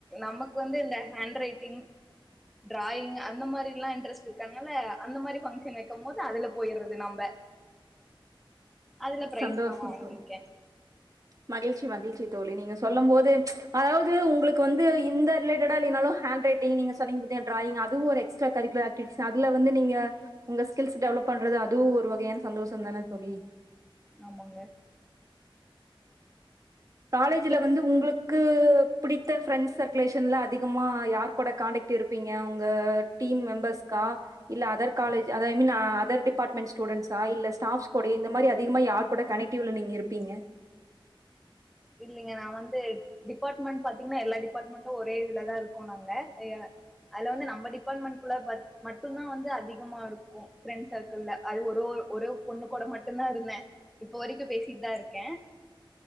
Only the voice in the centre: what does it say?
நமக்கு வந்து ஹேண்ட் ரைடிங் டிராயிங் அந்த மாரியல்லாம் இன்ட்ரஸ்ட் இருக்காங்கல்ல அந்த மாதிரி பங்க்ஷன் வைக்கும் போத அதுல போயடுறது நம்ம அதுல பிரைஸ்ல்லாம்
வாங்கிருக்கேன்
ஆமாங்க
நீ
இல்லலைங்க நான் வந்து டிபார்ட்மெண்ட் பாத்தீங்கன்னா எல்லா டிபார்ட்மெண்டும் ஒரே இதுலதான் இருக்கோம் நாங்க அது வந்து நம்ம டிபார்ட்மெண்ட் குள்ள மட்டும்தான் வந்து அதிகமா இருக்கும் பிரெண்ட் ஷ இல்ல அது ஒரு ஒரு பொண்ணு கூட மட்டும்தான் இருந்தேன் இப்போ வரைக்கும் பேசிட்டு தான் இருக்கேன்